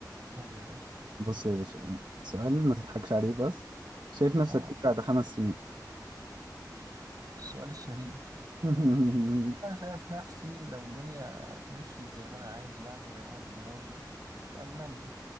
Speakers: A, on the right; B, on the right.
A: قول يا باشا
B: بص يا باشا سؤال ما تضحكش عليه بس شايف نفسك
A: آه.
B: فين بعد خمس سنين
A: السؤال الشهير
B: <laughs>
A: انا شايف نفسي لو الدنيا مشيت زي ما انا عايز يعني زي ما انا في دماغي في المانيا